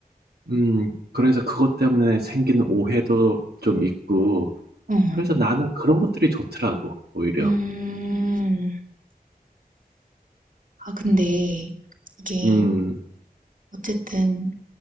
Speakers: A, on the right; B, on the right.
A: 음, 그래서 그것 때문에 생기는 오해도 좀 있고,
B: 응.
A: 그래서 나는 그런 것들이 좋더라고, 오히려.
B: 음. 아 근데 이게
A: 음,
B: 어쨌든